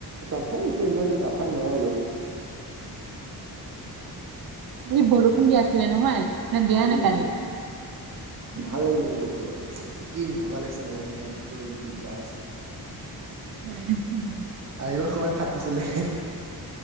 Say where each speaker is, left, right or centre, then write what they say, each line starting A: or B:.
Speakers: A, on the right; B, on the right.
A: চাফাই আছে ইমান এটা চাফা নাই আৰু
B: এই বৰষুণ দি আছিলে নহয় নে দিয়া
A: উম।
B: নে কালি
A: ভাল লাগিলে কিন্তু গৈ একদম কি মজা লাগিছে লগৰ খিনিৰ লগত গৈ বিনদাস
B: উম।
A: আহিবৰ সময়ত ফাটিছিলে